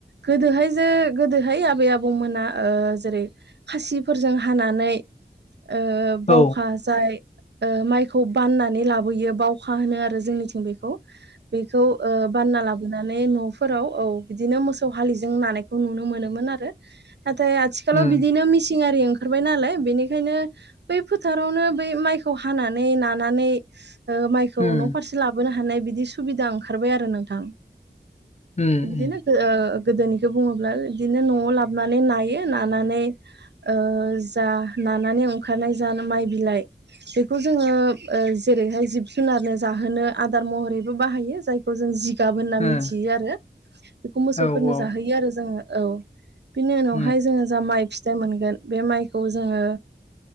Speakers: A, on the right (about 70°); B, on the left (about 40°).
A: गोदोहाय जे गोदोहाय आबै आबौमोना ओ जेरै खासिफोरजों हानानै ओ बावखा
B: औ
A: जाय ओ माइखौ बाननानै लाबोयो बावखा होनो आरो जोंनिथिं बेखौ। बेखौ ओ बानना लाबोनानै नानै न'फोराव औ बिदिनो मोसौ हालिजों नानायखौ नुनो मोनोमोन आरो। नाथाय आथिखालाव
B: उम
A: बिदिनो मिसिं आरि ओंखा खारबाय नालाय बेनिखायनो बै फोथारावनो बै माइखौ हानानै नानानै ओ माइखौ
B: उम
A: न' फारसे लाबोनो हानाय बिदि सुबिदा ओंखारबाय आरो नोंथां।
B: उम
A: बिदिनो ओ गोदोनिखौ बुङोब्ला बिदिनो न'आव लाबोनानै नायो नानानै ओ जा नानानै अंखारनाय जा माय बिलाय बेखौ जोङो ओ जेरैहाय जिब जु जुनारनो जाहोनो आदार महरैबो बाहायो जायखौ जों जि गाब होनना
B: उम
A: मिथियो आरो बेखौ मोसौफोरनो
B: ओ
A: जाहोयो
B: औ
A: आरो जोङो औ। बिनि
B: उम
A: उनावहाय जोङो जा माइ फिथाइ मोनगोन बे माइखौ जोङो